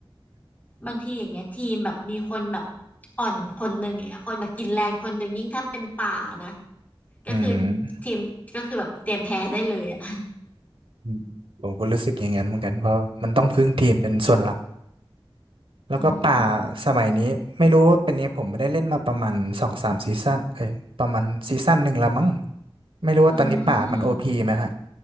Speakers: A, on the left; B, on the right.
A: บางทีอย่างเงี้ยทีมแบบมีคนแบบอ่อนคนหนึ่งอย่างเงี้ยคนแบบกินแรงคนหนึ่งยิ่งถ้าเป็นป่านะก็คือ
B: อืม
A: ทีมก็คือแบบเตรียมแพ้ได้เลยอ่ะ
B: อืมผมก็รู้สึกอย่างนั้นเหมือนกันเพราะมันต้องพึ่งทีมเป็นส่วนหลัก
A: <laughs>
B: แล้วก็ป่า
A: อืม
B: สมัยนี้ไม่รู้เป็นยังไงผมไม่ได้เล่นมาประมาณสองสามซีซั่นเอ้ยประมาณซีซั่นหนึ่งละมั้งไม่รู้ว่าตอนนี้ป่ามันโอพีไหมฮะ
A: อืม